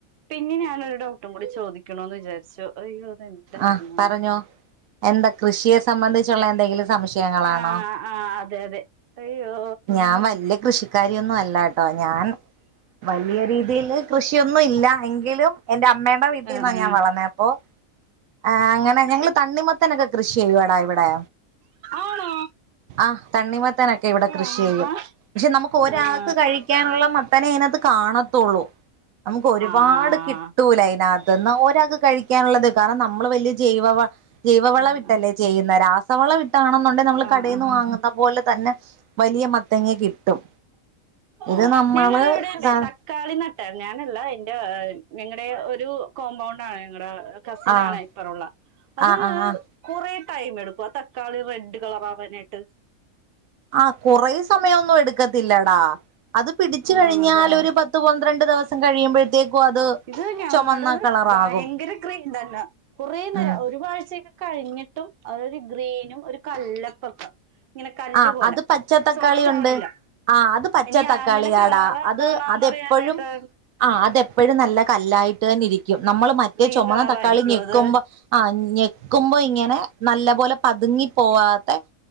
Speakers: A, on the right (about 60°); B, on the right (about 75°).
A: പിന്നെ ഞാനൊരു ഡൗട്ടും കൂടി ചോദിക്കണന്ന് വിചാരിച്ചു അയ്യോ അത് എന്തായിരുന്നെന്നാ
B: ആഹ് പറഞ്ഞോ എന്താ കൃഷിയ സംബന്ധിച്ചുള്ള എന്തെങ്കിലും സംശയങ്ങളാണോ
A: ആഹ് ആഹ് അതെ അതെ അയ്യോ
B: ഞാൻ വല്യ കൃഷി കാരിയൊന്നും അല്ലാട്ടോ ഞാൻ വലിയ രീതിയില് കൃഷിയൊന്നും ഇല്ല എങ്കിലും എന്റെ അമ്മേടെ വീട്ടിന്നാ
A: ആഹ്
B: ഞാൻ വളർന്നെ അപ്പോ ആഹ് അങ്ങനെ ഞങ്ങള് തണ്ണിമത്തനൊക്കെ കൃഷി ചെയ്യുടാ ഇവിടെ
A: ആണോ
B: ആഹ് തണ്ണിമത്തനൊക്കെ ഇവിടെ കൃഷി
A: ആഹാ
B: ചെയ്യും പക്ഷെ നമ്മുക്ക് ഒരാൾക്ക്
A: ആഹ്
B: കഴിക്കാനുള്ള മത്തനേ അതിനകത്ത് കാണത്തുള്ളൂ നമ്മുക്ക് ഒരുപാട്
A: ആഹ് ആഹ്
B: കിട്ടൂല അതിനകത്ത്ന്ന് ഒരാൾക്ക് കഴിക്കാനുള്ളത് കാരണം നമ്മള് വലിയ ജൈവ ജൈവവള
A: ആഹ്
B: ഇട്ടല്ലേ ചെയ്യുന്നെ രാസവള ഇട്ടാണെന്നൊണ്ട് നമ്മള്
A: ആഹ്
B: കടയിന്ന്
A: ആഹ്
B: വാങ്ങുന്ന പോലെ തന്നെ വലിയ മത്തങ്ങ കിട്ടും
A: <unintelligible>
B: ഇത് നമ്മള് ആഹ്
A: കാളിനട്ടാ ഞാനല്ല എന്റെ ഏഹ് ഞങ്ങടെ ഒരു കോമ്പൗണ്ടാണ് ഞങ്ങട ഏഹ് കസിനാണെ
B: ആഹ്
A: ഇപ്പറൊള്ള അത്
B: ആഹ് ആഹ്
A: കൊറെ ടൈം എടുക്കും ആ തക്കാളി റെഡ് കളർ ആവാനായിട്ട്
B: ആഹ് കൊറെ സമയൊന്നും എടുക്കത്തില്ലടാ അത് പിടിച്ചു കഴിഞ്ഞാല്
A: ആണല്ലേ
B: ഒരു പത് പത്ത് പന്ത്രണ്ട് ദിവസം കഴിയുമ്പഴ്ത്തേക്കും അത്
A: ഇത് ഞങ്ങടത്
B: ചുമന്ന കളറാകും
A: ഭയങ്കര ക്രീമ്ടെല്ലാ കൊറേ നേരം
B: ഉം
A: ഒരു <unintelligible> കഴിഞ്ഞിട്ടും അതൊരു ഗ്രീനും ഒരു കല്ലപ്പൊക്കെ ഇങ്ങനെ കല്ല്
B: ആഹ്
A: പോലെ
B: അത് പച്ചത്തക്കാളി
A: സോഫ്റ്റ്
B: ഒണ്ട്
A: ആവണില്ല
B: ആഹ് അത് പച്ചത്തക്കാളിയാടാ
A: ഇനി അങ്ങനെ കളർ അതാണോന്നറിയാനായിട്ട്
B: അത് അതെപ്പഴും ആഹ് അതെപ്പഴും നല്ല കല്ലായിട്ട് തന്നെ ഇരിക്കും നമ്മള് മറ്റേ
A: ഗ്രീൻ
B: ചൊമന്ന
A: കളറായിരിക്കും
B: തക്കാളി ഞെക്കുമ്പോ
A: അത്
B: ആഹ് ഞെക്കുമ്പോ ഇങ്ങനെ നല്ല പോലെ പതുങ്ങി പോവാത്ത